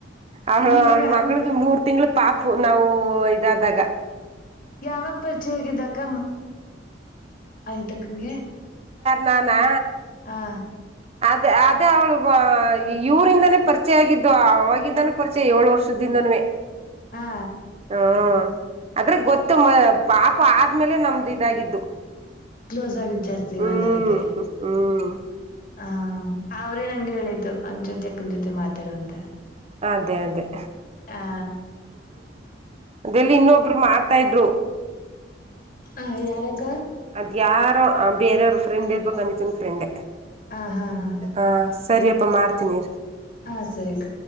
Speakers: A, on the right (about 35°); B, on the left (about 50°).
A: ಅವ
B: ಇವಾಗ
A: ಅವಳ ಮಗ
B: ಅನ್
A: ಮೂರ್ ತಿಂಗಳ ಪಾಪು ನಾವು ಇದಾದಾಗ
B: ಯಾವ ಪರಿಚಯಾಗಿದಕ ಅನಿತಕ್ಕಂಗೆ
A: ನಾನಾ
B: ಹಾ
A: ಅದೇ ಅದೇ ಅವ್ಳು ಇವರಿಂದಾನೇ ಪರಿಚಯ ಆಗಿದ್ದು ಅವವಾಗಿಂದಾನೂ ಪರಿಚಯ ಏಳು ವರ್ಷದ್ದಿಂದನ್ವೇ
B: ಹಾ
A: ಹ್ಮ ಆದ್ರೆ ಗೊತ್ತು ಮ ಪಾಪ ಆದ್ಮೇಲೆ ನಮ್ದು ಇದಾಗಿದ್ದು
B: ಕ್ಲೋಸ್ ಆಗಿದ್ ಜಾಸ್ತಿ
A: ಹ್ಮ್
B: ಮಾತಾಡಕ್ಕೆ
A: ಹ್ಮ್
B: ಹ ಅವ್ರೇ ನಂಗೆ ಹೇಳಿದ್ದು ಅದ್ ಜೊತೆ ಅಕ್ಕನ ಜೊತೆ ಮಾತಾಡುುವ ಅಂತ
A: ಅದೇ ಅದೇ
B: ಆ
A: ಹ್ಮ ಅದೆಲ್ಲಿ ಇನ್ನೊಬ್ರು ಮಾಡ್ತಾ ಇದ್ರು
B: ಹ ಯಾರಕ್ಕಾ
A: ಅದ್ ಯಾರೋ ಬೇರವ್ರ ಫ್ರೆಂಡ್ ಇರ್ಬೇಕು ಅನಿತನ್
B: ಹಾ ಹಾ ಹಾ
A: ಆ ಸರಿಯಪ್ಪ ಮಾಡ್ತೀನಿ
B: ಹಾ ಸರಿ ಅಕ್ಕ